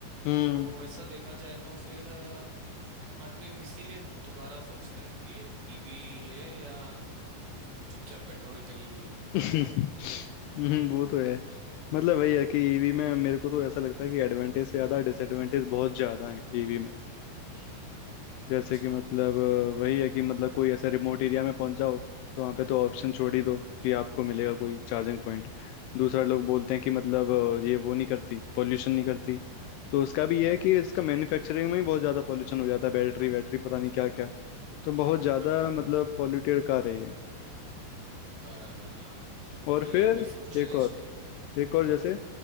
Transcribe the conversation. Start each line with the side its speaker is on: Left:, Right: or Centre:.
Left: हम्म
Right: तो वैसा देखा जाए तो फिर अ, आदमी इसीलिए दोबारा सोचता है कि ईवी ले या चुपचाप पेट्रोल पे ही
Left: <laughs>
Right: आ जाए
Left: हम्म, वो तो है मतलब वही है कि ईवी में मेरे को तो ऐसा लगता है कि एडवांटेज से ज्यादा डिसएडवांटेज बहुत ज्यादा है ईवी में
Right: हम्म
Left: जैसे
Right: अच्छा
Left: कि मतलब अ, वही है कि मतलब कोई ऐसा रिमोट एरिया में पहुंच जाओ तो वहाँ पे तो ऑप्शन छोड़ ही दो कि आपको मिलेगा कोई चार्जिंग पॉइंट दूसरा लोग बोलते हैं कि मतलब अ, ये वो नहीं करती पोल्यूशन नहीं करती तो उसका भी ये है कि इसका मैन्युफैक्चरिंग में ही बहुत ज़्यादा पोल्यूशन हो जाता है बैटरी वैटरी पता नहीं क्या क्या तो बहुत ज़्यादा
Right: बराबर
Left: मतलब पॉल्यूटेड कार है ये
Right: बराबर हाँ
Left: और
Right: वही
Left: फिर
Right: अभी फ्यूचरिस्टिक
Left: एक और एक और
Right: हाँ
Left: जैसे अ,